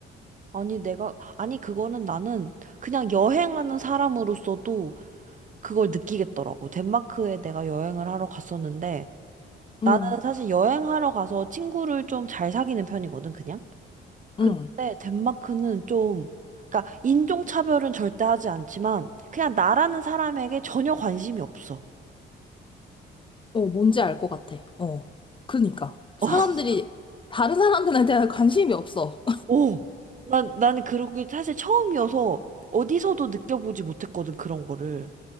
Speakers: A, on the right; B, on the left.
A: 아니 내가 아니 그거는 나는 그냥 여행하는 사람으로서도 그걸 느끼겠더라고. 덴마크에 내가 여행을 하러 갔었는데 나는
B: 응,
A: 사실 여행하러 가서 친구를 좀 잘 사귀는 편이거든 그냥. 근데
B: 응.
A: 덴마크는 좀 그러니까 인종차별은 절대 하지 않지만 그냥 나라는 사람에게 전혀 관심이 없어.
B: 어, 뭔지 알 것 같아. 어. 그러니까. 사람들이,
A: <laughs>
B: 다른 사람들에 대한 관심이 없어.
A: 오, 난, 나는 그러게 사실 처음이어서 어디서도 느껴보지 못했거든, 그런 거를.